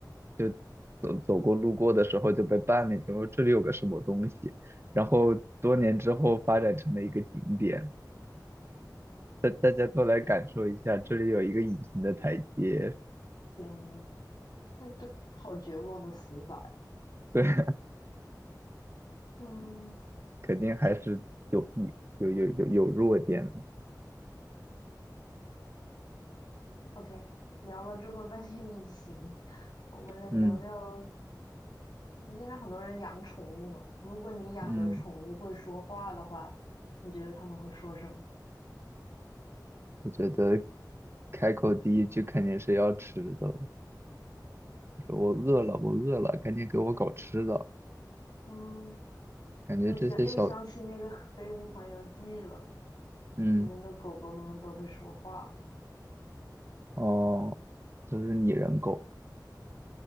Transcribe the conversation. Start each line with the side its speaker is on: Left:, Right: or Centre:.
Right: 就走走过路过的时候就被绊了一下，我这里有个什么东西，然后多年之后发展成了一个景点，大大家都来感受一下，这里有一个隐形的台阶，
Left: 天呐，那这好绝望的死法呀。
Right: 对，<laughs>
Left: 嗯。
Right: 肯定还是有弊，有有有有弱点的，
Left: OK，聊了这么半天隐形，<laughs> 我们来聊聊。
Right: 嗯
Left: 现在很多人养宠物嘛，如果你养的宠物会说话的话，
Right: 嗯，
Left: 你觉得他们会说什么？
Right: 我觉得。开口第一句肯定是要吃的，说我饿了，我饿了，赶紧给我搞吃的。
Left: 嗯，
Right: 感觉这些小，
Left: 我想又想起那个《飞屋环游记》了，
Right: 嗯，
Left: 里面的狗狗们都会说话了
Right: 哦，就是拟人狗，